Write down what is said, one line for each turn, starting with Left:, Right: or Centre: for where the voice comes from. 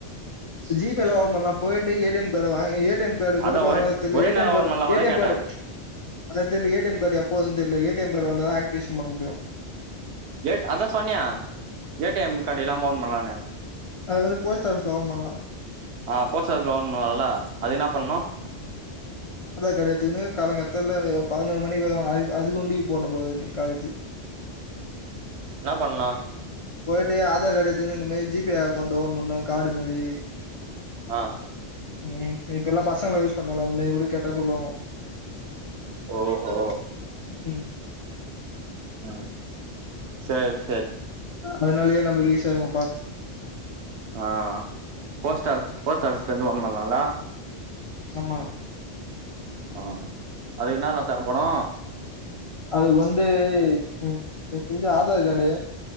Left: ஜி பேல்லா ஓபன் பண்ணலா போயிட்டு ஏ டி எம் கார்டு வாங் ஏ டி எம் கார்டு கொடுப்பாங்கலா
Right: அதா ஒரே
Left: தெரில
Right: ஒரே
Left: ஏ டி
Right: நாள்ல
Left: எம் கார்டு
Right: ஓபன் பண்லாமாதா
Left: ஏ டி எம்
Right: கேட்டே
Left: கார்டு அத தெரில ஏ டி எம் கார்டு எப்போ வருதுன்னு தெரில A T A T M card வந்தா தா ஆக்டிவேஷன் பண்ண முடியு
Right: ஏ அதா சொன்னியா ஏ டி எம் கார்டு இல்லாம ஓபன் பண்ணலான்னு
Left: அது வந்து போஸ்ட் ஆஃபீஸ்ல ஓப்பன் பண்ணலாம்.
Right: ஆ போஸ்ட் ஆபீஸ்ல போடனும்னான்ல அது என்ன பண்ணனு
Left: கிடையாத்துக்குன்னு காலங்காத்தால பதினொரு மணிக்குது அதுக் அதுக்கொண்டி போடனுபோலக்குது இனி காலேஜு
Right: என்ன பண்ணலா
Left: போயிட்டு ஆதார் கார்டு எடுத்துகுன்னு இந்த மாதி ஜி பே அக்கௌண்ட் ஓபன் பண்ணனு காடு மதி
Right: ஆ
Left: ம் இப்ப எல்லா பசங்களு யூஸ் பண்றாங்களா அதுலே வுடு கேட்டா சொல்லுவாங்க
Right: ஓஹோ
Left: ம்
Right: ம் சேரி சேரி
Left: அதனாலயே நம்மளுக்கு ஈசியாகு
Right: ஆ போஸ்ட் ஆபீஸ் போஸ்ட் ஆபிஸ்ல இருந்து ஓபன் பண்ணலாம்ல
Left: ஆமா
Right: ஆ அதுக்கு என்னால தேவப்படு
Left: அது வந் வந்து எனக் எனக்கு தெரிஞ்சி ஆதார் கார்டூ